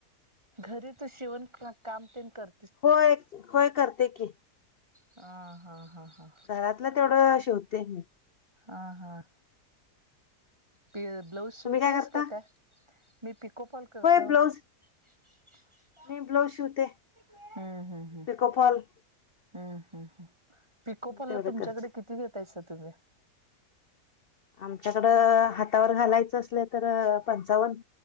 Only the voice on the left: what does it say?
होय, होय करते की,
घरातलं तेवढं शिवते मी.
तुम्ही काय करता
होय ब्लाऊज
मी ब्लाऊज शिवते,
पिको फॉल
तेवढं
करते
आमच्याकडं हातावर घालायचं असलं तर पंचावन्न.